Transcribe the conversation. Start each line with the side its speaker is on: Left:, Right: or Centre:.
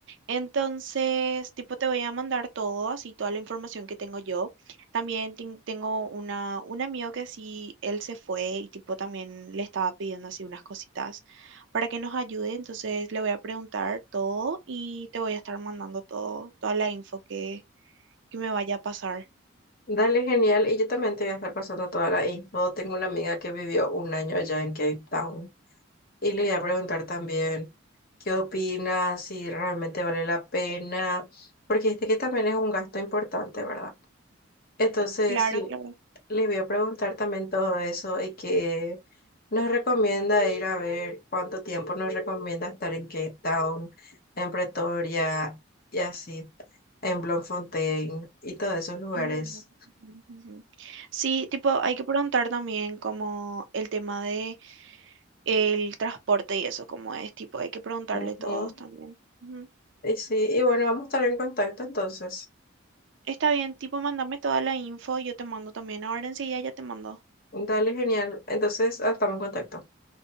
Right: Entonces, tipo te voy a mandar todo, así toda la información que tengo yo. También ten- tengo una, un amigo que sí, él se fue y tipo también le estaba pidiendo así unas cositas para que nos ayude. Entonces le voy a preguntar todo y te voy a estar mandando todo, toda la info que, que me vaya a pasar.
Left: Dale, genial. Y yo también te voy a estar pasando toda la info. Tengo una amiga que vivió un año allá en Cape Town. Y le voy a preguntar también qué opinas, si realmente vale la pena. Porque dijiste que también es un gasto importante, ¿verdad? Entonces,
Right: Claro, claro.
Left: Le voy a preguntar también todo eso y qué nos recomienda ir a ver, cuánto tiempo nos recomienda estar en Cape Town, en Pretoria y así, en Bloemfontein y todos esos lugares.
Right: Ujú, ujú. Sí, tipo, hay que preguntar también como el tema de el transporte y eso, como es, tipo, hay que preguntarle
Left: Ujú.
Right: todos también. Ujú.
Left: Y sí, y bueno, vamos a estar en contacto entonces.
Right: Está bien, tipo, mándame toda la info, yo te mando también ahora enseguida, ya te mando.
Left: Dale, genial. Entonces, ah, estamos en contacto.